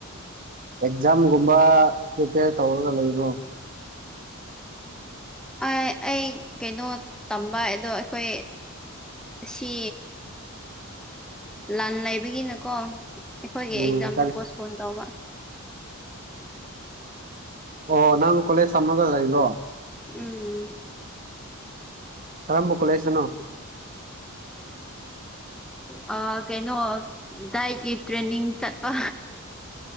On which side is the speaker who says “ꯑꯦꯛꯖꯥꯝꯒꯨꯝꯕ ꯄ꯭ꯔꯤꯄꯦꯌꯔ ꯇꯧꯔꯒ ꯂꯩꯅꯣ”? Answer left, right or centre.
Right